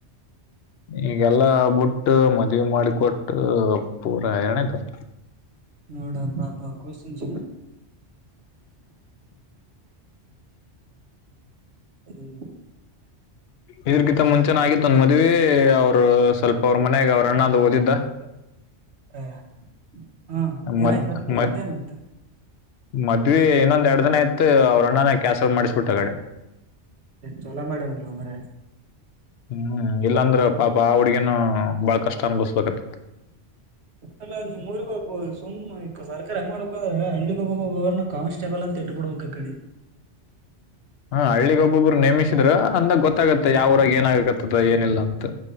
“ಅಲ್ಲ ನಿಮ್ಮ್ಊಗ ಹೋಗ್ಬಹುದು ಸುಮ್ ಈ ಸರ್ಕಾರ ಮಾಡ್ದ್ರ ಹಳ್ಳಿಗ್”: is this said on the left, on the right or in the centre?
Right